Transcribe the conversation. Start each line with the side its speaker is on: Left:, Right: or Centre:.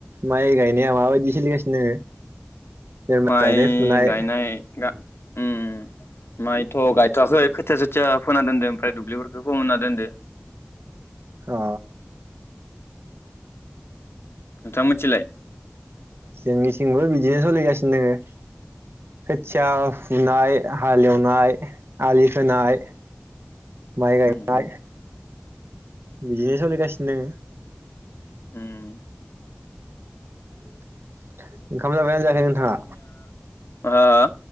Right: माइ गायनाइ आ माबायदि सोलिगासिनो दोङो जेनेबा
Left: माय
Right: गायनाय फुनाय
Left: गाइनाय गा उम माइथ गायथवाखै खोथिया सोथिया फोना दोनदो ओमफ्राय दुब्लिफोरखौ फोमोनना दोनदो
Right: अ
Left: नोंथां मोनथिलाय
Right: जेंनिथिंबो बि बिदिनो सोलिगासिनो दोङो खोथिया फुनाय हालेवनाय आलि खोनाय माइ गायनाय
Left: उम उम
Right: बिदिनो सोलिगासिनो
Left: उम
Right: <inaudible> ओंखाम जाबाय ना जायाखै नोंथाङा?
Left: ओह ओह